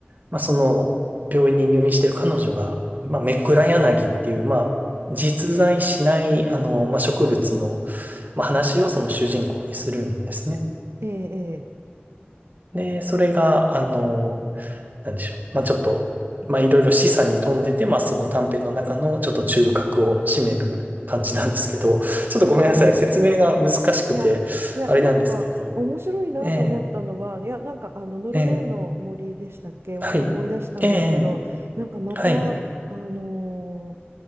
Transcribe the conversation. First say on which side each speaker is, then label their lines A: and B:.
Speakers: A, on the right (about 45°); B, on the right (about 80°).
A: まあ、その病院に入院してる彼女が、まあ、メクラヤナギっていう、まあ、実在しない、あの、まあ、植物の、まあ、話をその主人公にするんですね。
B: ええ、
A: で、それが、あの、なんでしょう。まあちょっと、まあいろいろ示唆に富んでて、まあその短編の中のちょっと中核を占める感じなんですけど、<laughs> ちょっとごめんなさい。
B: ええ、
A: 説明が難しくて、
B: いや、いや、
A: あれなんですけど。
B: なんか面白いなと思ったのは、
A: ええ、
B: いや、なんかあのノルウェーの森でしたっけを思い出したんですけど、
A: ええ、はい。ええ、
B: なんかまた、
A: はい。
B: あの